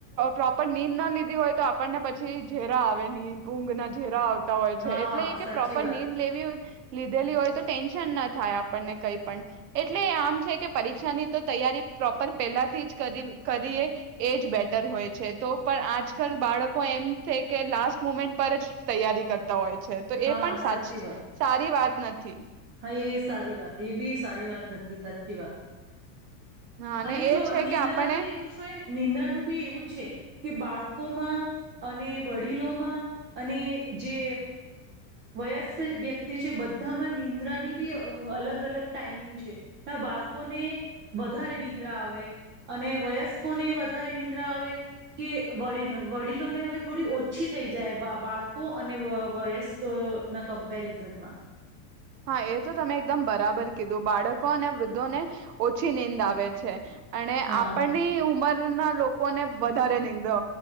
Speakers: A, on the right; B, on the right.
A: પ્રોપર નીંદ ના લીધી હોય તો આપણને પછી ઝેરા આવે ઊંઘ ના ઝેરા આવતા‌ હોય છે.
B: હા
A: એટલે એ કે
B: સાચી
A: પ્રોપર
B: વાત
A: નીંદ લેવી હોય લીધેલી હોય તો ટેન્શન ના થાય આપણને કંઈ પણ એટલે આમ છે કે, પરીક્ષાની તો તૈયારી પ્રોપર પહેલાથી જ કરી કરીએ, એ જ બેટર હોય છે. તો પણ આજકાલ બાળકો એમ છે કે લાસ્ટ મુમેન્ટ પર જ તૈયારી કર તા હોય છે. તો
B: હા
A: એ પણ
B: સાચી
A: સાચ
B: વાત
A: સારી વાત નથી.
B: હા એ સારી વાત એ બી સારી વાત નથી સાચી વાત.
A: હા
B: અને
A: એ
B: જો
A: છે
B: નિંદ્રા
A: કે આપણે
B: બી એવું છે‌. નિંદ્રાનું બી એવું છે કે બાળકોમાં અને વડીલોમાં અને જે વયસ્ક વ્યક્તિ છે, બધામાં નિંદ્રાની બી અલગ અલગ ટાઈમિંગ છે. બાળકોને વધારે નિંદ્રા આવે. અને વયસ્કોને વધારે નિંદ્રા આવે કે વ વડીલોને હવે થોડી ઓછી થઈ જાય બાળકો અને વયસ્કો ના કમ્પેરિઝનમાં.
A: હા એ તો તમે એકદમ બરાબર કીધું બાળકો અને વૃદ્ધોને ઓછી નીંદ આવે છે. અને
B: હા
A: આપણની ઉંમરના લોકો લોકોને વધારે નિંદો‌